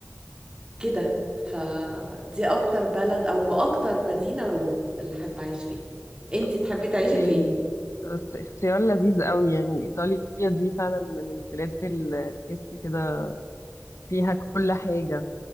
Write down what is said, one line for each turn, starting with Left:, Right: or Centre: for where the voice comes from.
Right: كده فدي اكتر بلد او اكتر مدينه روم اللي حابه اعيش فيها انتي تحبي تعيشي
Left: إيه
Right: فين
Left: بس اختيار لذيذ قوي يعني إيطاليا دي فعلا من البلاد اللي تحسي كده فيها كل حاجة